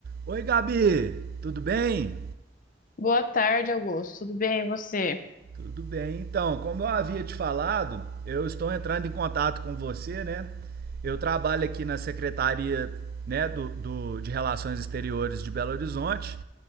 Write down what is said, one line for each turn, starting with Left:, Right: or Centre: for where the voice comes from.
Right: Oi, Gabi, tudo bem?
Left: Boa tarde, Augusto. Tudo bem, e você?
Right: Tudo bem. Então, como eu havia te falado, eu estou entrando em contato com você, né? Eu trabalho aqui na Secretaria, né, do, do- de Relações Exteriores de Belo Horizonte